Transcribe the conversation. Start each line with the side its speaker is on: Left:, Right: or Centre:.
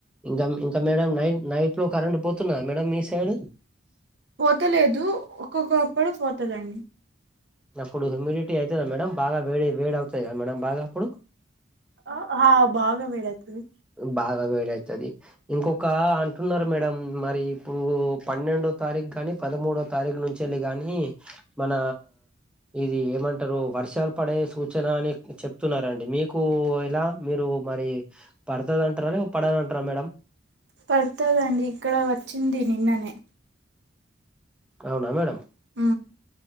Centre: ఇంకా ఇంకా మేడం నైట్ నైట్ ఇప్పుడు కరెంట్ పోతున్నా మేడమ్ మీ సైడ్
Right: పోతలేదు ఒక్కొక్కప్పుడు పోతదండి.
Centre: అప్పుడు హ్యూమిడిటీ అయితద్ద మేడం బాగా వేడి వేడి అవుతుంది. కదా మేడమ్ బాగా అప్పుడు
Right: ఆ హా బాగా వేడాయిదీతది
Centre: బాగా వేడ అవుతుది ఇంకొక అ అంటున్నారు మేడం మరి ఇప్పుడు పన్నెండో తారీఖు కానీ పదమూడో తారీఖు నుంచేలి కానీ మన ఇది ఏమంటారు వర్షాలు పడే సూచన అని చెప్తున్నారండి మీకు ఇలా మీరు మరి పడుతుంది అంటారా. అని పడని అంటారా. మేడం
Right: పడుతుదండి. ఇక్కడ వచ్చింది నిన్ననే
Centre: అవునా మేడమ్
Right: ఆ